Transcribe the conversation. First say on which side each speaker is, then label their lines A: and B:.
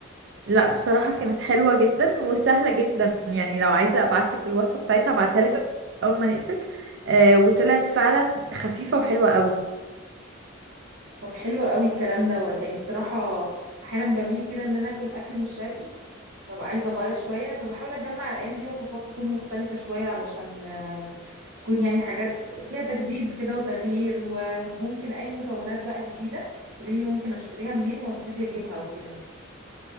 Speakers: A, on the right; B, on the right.
A: لا بصراحة كانت حلوة جدا وسهلة جدا يعني لو عايزة ابعتلك الوصفة بتاعتها ابعتها لك اول ما نقفل آه وطلعت فعلا خفيفة وحلوة قوي
B: طب حلو قوي الكلام دوت يعني بصراحة احيانا بميل كده ان انا اكل اكل مش شرقي ببقى عايزة اغير شوية فبحاول اجمع الايام دي وصفات تكون مختلفة شوية علشان آه، تكون يعني حاجات فيها تجديد كده وتغيير وممكن اي مكونات بقى جديدة تقولي لي ممكن اشتريها منين وابتدي اجيبها وكده